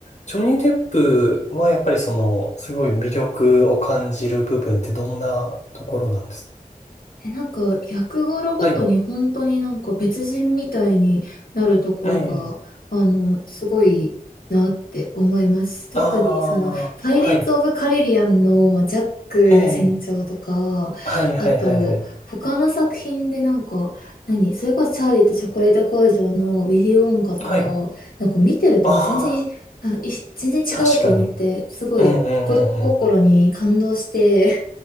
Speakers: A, on the left (about 50°); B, on the left (about 80°).
A: ジョニー・デップは、やっぱりその、すごい魅力を感じる部分ってどんなところなんです
B: え、なんか、役柄ごとに本当になんか別人みたいになるところが、
A: かはい。ええ
B: あの、すごいなって思います。特にその、
A: あ
B: パイレーツ・
A: あ、はい。
B: オブ・カリビアンのジャック船長とか、
A: ええはいはいはいはい。
B: あと、他の作品でなんか、何、それこそチャーリーとチョコレート工場のウィリー・ウォンカとか、
A: はい。
B: なんか見てると全然、
A: ああ、
B: あ、い全然違うと思って、
A: 確かに。
B: すごい子供心に感動して、
A: うんうんうんう